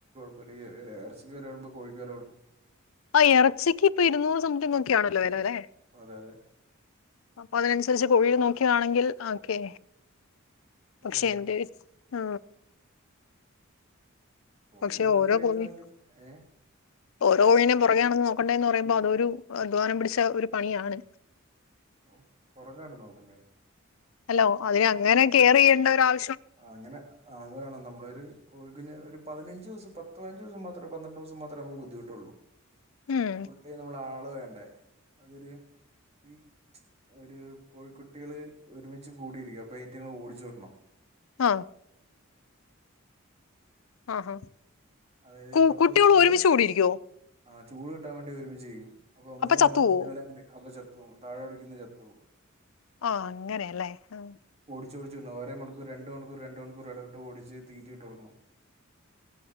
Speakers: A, on the right (about 30°); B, on the left (about 70°).
A: <unintelligible> ഇറച്ചിക്ക് വെല കൂടുമ്പോ കോഴിക്ക് വെലകൂടും
B: അപ്പ ഇറച്ചിക്ക് ഇപ്പൊ ഇരുന്നൂറ് സംതിങ് ഒക്കെണല്ലോ വില അല്ലേ
A: അതെ അതെ
B: അപ്പ അതിനനുസരിച്ച് കോഴിയെ നോകിയ യാണെങ്കിൽ ഒക്കെ പക്ഷേ
A: അങ്ങനെയുണ്ട്
B: എന്ത് ആ
A: കോഴി
B: പക്ഷെ
A: നല്ല
B: ഓരോ
A: രീതിയിൽ
B: കോഴി
A: നോക്കും ഏ
B: ഓരോന്നിനെം പൊ. റകെ നടന്ന് നോ ക്കണ്ടേന്ന് പറയുമ്പോ അതൊരു അധ്വാനം പിടിച്ച ഒരു പണിയാണ്
A: ഔ പൊറകനടന്ന് നോക്ക്ന്ന്യാ
B: ഹലോ അതേ അങ്ങനെ കേറെയ്യെണ്ടാെരാവ
A: ആ അങ്ങനെ അത് വേണം നമ്മളൊരു കോഴിക്കുഞ്ഞ ഒരു പതിനഞ്ച് ദിവസം പത്തുപതിനഞ്ചു ദിവസം മാത്രം പന്ത്രണ്ട് ദിവസം മാത്രേ നമുക്ക് ബുദ്ധിമുട്ടുള്ളൂ
B: ഉം
A: ഫുൾടൈം നമ്മൾ ആള വേണ്ടേ അതൊരു ഈ ഒരു കോഴിക്കുട്ടികള് ഒരുമിച്ച് കൂടിയിരിക്കും അപ്പ ഇയ്റ്റിങ്ങളെ ഓടിച്ചുവിടണം
B: ആഹ് ആഹ
A: അതായത്
B: കു
A: ഒരു പത്ത്
B: കുട്ടികൾ
A: ദിവസം വരെ
B: ഒരുമിച്ച് കൂടിയിരിക്കുവോ
A: ആ ചൂട് കിട്ടാൻ വേണ്ടി ഒരുമിച്ചികും അപ്പൊ ഒന്നിന്റെ
B: ചത്തു
A: മേല ഒന്നിന്റെ
B: പോവോ
A: മേല അങ്ങനെ അപ്പ ചത്തോവു ചത്തോവും താഴെ ഒടിക്കുന്ന ചത്തോവും
B: ആഹ് അങ്ങനെയല്ലേ ആ
A: ചൊടിച്ചോടിവിടണം ഓരൊ മണി രണ്ട് മണിക്കൂർ രണ്ടി മണിക്കൂർ ഇടവുട്ട് ഓടിച്ച് തീറ്റിയിട്ട് കൊടുക്കണം